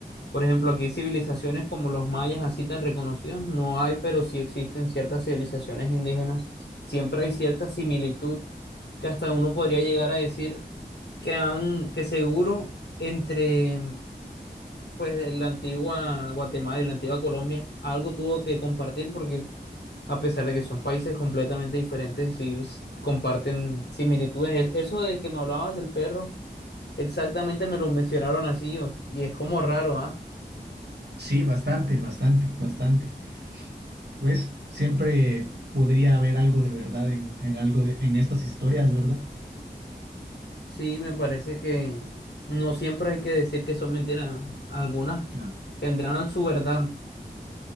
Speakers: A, on the left; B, on the right.
A: por ejemplo, aquí civilizaciones como los mayas así tan reconocidas no hay, pero sí existen ciertas civilizaciones indígenas. Siempre hay cierta similitud que hasta uno podría llegar a decir que, han, que seguro entre pues la antigua Guatemala y la antigua Colombia algo tuvo que compartir porque a pesar de que son países completamente diferentes, sí s- comparten similitudes. Es- Eso de que me hablabas del perro, exactamente me lo mencionaron así o s- y es como raro, ¿ah?
B: sí, bastante, bastante, bastante. Pues siempre podría haber algo de verdad en, en algo de, en estas historias, ¿verdad?
A: Sí, me parece que no siempre hay que decir que son mentiras, algunas
B: No.
A: tendrán su verdad.